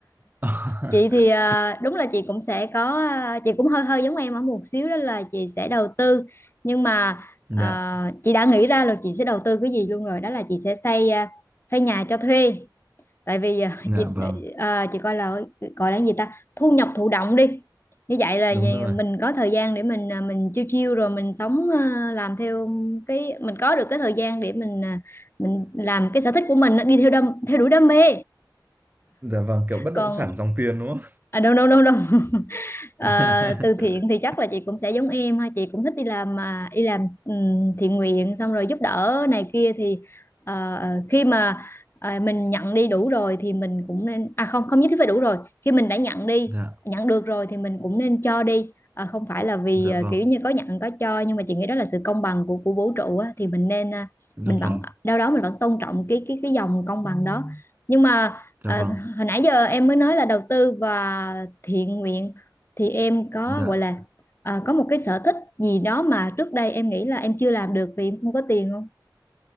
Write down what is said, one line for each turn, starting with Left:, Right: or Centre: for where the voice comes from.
Right: <laughs>
Left: chị thì ờ, đúng là chị cũng sẽ có ờ, chị cũng hơi hơi giống em ở một xíu đó là chị sẽ đầu tư nhưng mà
Right: dạ
Left: ờ, chị đã nghĩ ra là chị sẽ đầu tư cái gì luôn rồi đó là chị sẽ xây ờ, xây nhà cho thuê tại vì à,
Right: dạ
Left: chị
Right: vâng
Left: à, chị coi là gọi là cái gì ta thu nhập thụ động đi như vậy là
Right: đúng
Left: gì-
Right: rồi
Left: mình có thời gian để mình à, mình chiêu chiêu rồi mình sống à, làm theo cái mình có được cái thời gian để mình à, mình làm cái sở thích của mình á, đi theo đam theo đuổi đam mê
Right: dạ vâng kiểu bất
Left: còn
Right: động sản dòng tiền đúng không
Left: à đâu đâu đâu đâu <laughs> Ờ,
Right: <laughs>
Left: từ thiện thì chắc là chị cũng sẽ giống em ha chị cũng thích đi làm mà đi làm ừm, thiện nguyện xong rồi giúp đỡ này kia thì ờ, ờ, khi mà ờ, mình nhận đi đủ rồi thì mình cũng nên à không không nhất thiết phải đủ rồi khi mình đã nhận đi
Right: dạ
Left: nhận được rồi thì mình cũng nên cho đi Ờ, không phải là vì
Right: dạ
Left: ờ,
Right: vâng
Left: kiểu như có nhận có cho nhưng mà chị nghĩ đó là sự công bằng của của vũ trụ á, thì mình nên à,
Right: dạ
Left: mình vẫn
Right: vâng
Left: đâu đó mình vẫn tôn trọng cái cái cái dòng công bằng đó nhưng mà ờ,
Right: dạ vâng
Left: hồi nãy giờ em mới nói là đầu tư và thiện nguyện thì em có
Right: dạ
Left: gọi là à, có một cái sở thích gì đó mà trước đây em nghĩ là em chưa làm được vì em không có tiền không